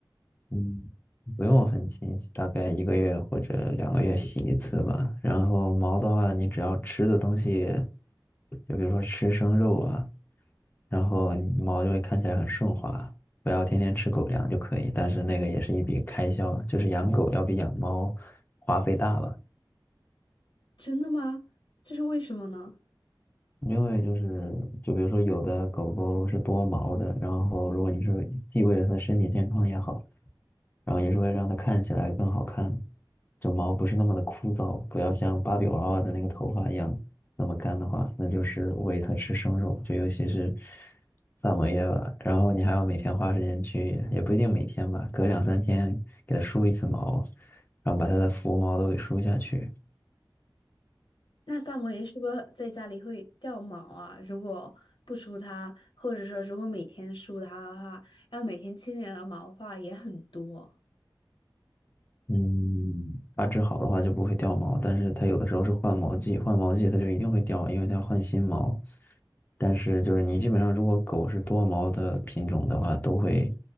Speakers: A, on the left (about 25°); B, on the left (about 75°).
A: 嗯，不用很勤洗，大概一个月或者两个月洗一次吧。然后毛的话，你只要吃的东西，就比如说吃生肉啊，然后你毛就会看起来很顺滑。不要天天吃狗粮就可以，但是那个也是一笔开销，就是养狗要比养猫花费大吧。
B: 真的吗？这是为什么呢？
A: 因为就是，就比如说有的狗狗是多毛的，然后如果你是既为了它身体健康也好，然后也是为了让它看起来更好看，就毛不是那么的枯燥，不要像芭比娃娃的那个头发一样那么干的话，那就是喂它吃生肉，就尤其是萨摩耶吧。然后你还要每天花时间去，也不一定每天吧，隔两三天给它梳一次毛，然后把它的浮毛都给梳下去。
B: 那萨摩耶是不是在家里会掉毛啊？如果不梳它，或者说如果每天梳它的话，要每天清理的毛发也很多
A: 嗯，把治好的话就不会掉毛，但是它有的时候是换毛季，换毛季它就一定会掉，因为它要换新毛。但是就是你基本上如果狗是多毛的品种的话，都会